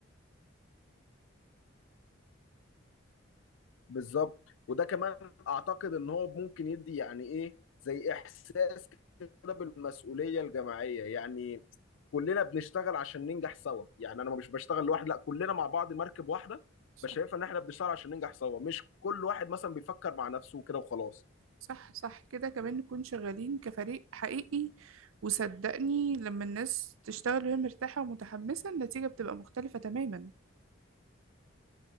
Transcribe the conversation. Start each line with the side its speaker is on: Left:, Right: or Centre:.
Left: بالظبط وده كمان اعتقد ان هو ممكن يدي يعني ايه زي احساس كده بالمسؤوليه الجماعيه يعني كلنا بنشتغل عشان ننجح سوا يعني انا مش بشتغل لوحدي لا كلنا مع بعض مركب واحده
Right: صح
Left: بشايف ان احنا بنشتغل عشان ننجح سوا مش كل واحد مثلا بيفكر مع نفسه كده وخلاص
Right: صح صح كده كمان نكون شغالين كفريق حقيقي وصدقني لما الناس تشتغل وهي مرتاحة ومتحمسة النتيجة بتبقى مختلفة تماما